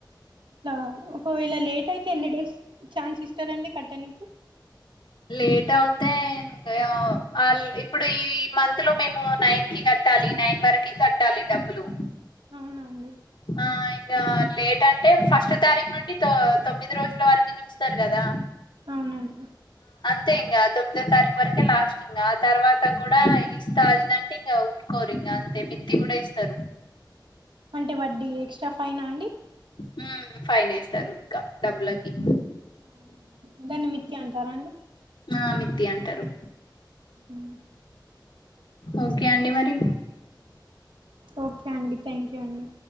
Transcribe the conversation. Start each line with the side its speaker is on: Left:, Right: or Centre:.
Right: ట్లా ఒకవేళ లేట్ అయితే ఎన్ని డేస్ ఛాన్స్ ఇస్తారండి కట్టనికి
Left: లేట్ అవుతే ఇంగా ఇప్పుడు ఈ మంత్ లో మేము నైన్ కి కట్ కట్టాలి నైన్ వరకు కట్టాలి డబ్బులు
Right: అవునండి
Left: ఆ ఇంకా లేట్ అంటే ఫస్ట్ తారీఖ నుండి తొ తొమ్మిది రోజుల వరకు చూస్తారు కదా
Right: అవునండి
Left: అంతే ఇంకా తొమ్మిదో తారీఖు వరకే లాస్ట్ ఇంగా తర్వాత కూడా ఇస్తాదిదంటే ఇంక ఊరుకోరు ఇం కా అంతే మిత్తి కూడా ఇస్తారు
Right: అంటే వడ్ీ ఎక్స్ట్రా ఫైనా అండి
Left: మ్ ఫైన్ వేస్తారు ఇంకా డబ్బులకి
Right: అవునండి, దాన్ని మిత్తి అంటారా అండి
Left: ఆ మిత్తి అంటరు
Right: మ్
Left: ఓకే అండి మరి
Right: ఓకే అండి థ్యాంక్ యూ అండి